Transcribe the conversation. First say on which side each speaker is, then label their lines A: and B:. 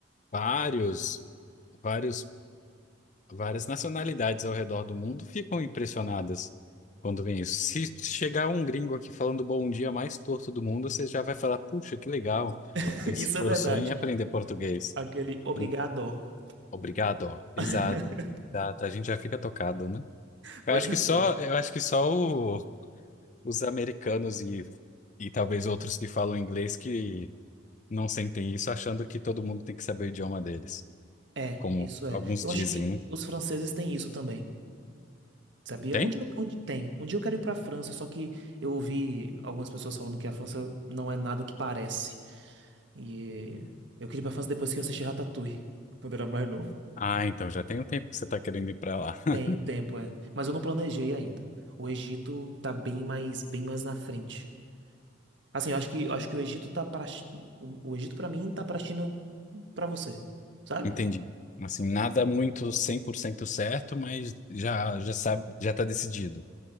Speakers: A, on the left; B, on the right.
A: vários, vários, várias nacionalidades ao redor do mundo ficam impressionadas quando vem isso. Se chegar um gringo aqui falando bom dia mais torto do mundo, você já vai falar, puxa, que legal,
B: <laughs>
A: ele
B: Isso
A: se esforçou
B: é verdade.
A: em aprender português.
B: Aquele obrigado.
A: Em- Obrigado, ó. Exato.
B: <laughs>
A: exato, A gente já fica tocado, né?
B: Pois
A: Eu acho
B: é,
A: que
B: pô.
A: só, eu acho que só o- os americanos e, e talvez outros que falam inglês que não sentem isso, achando que todo mundo tem que saber o idioma deles,
B: É,
A: como
B: isso é.
A: alguns
B: Eu
A: dizem,
B: acho que
A: né?
B: os franceses têm isso também. Sabia?
A: Tem?
B: Um dia, eu- um di- tem. Um dia eu quero ir pra França, só que eu ouvi algumas pessoas falando que a França não é nada que parece. E eu queria ir pra França depois que eu assisti Ratatouille, quando eu era mais novo.
A: Ah, então já tem um tempo que você está querendo ir para lá. <laughs>
B: Tenho tempo, é. Mas eu não planejei ainda. O Egito tá bem mais, bem mais na frente. Assim, eu acho que, eu acho que o Egito tá para o, o Egito para mim tá para China para você, sabe?
A: Entendi. Assim, nada muito 100% certo, mas já já sabe, já está decidido.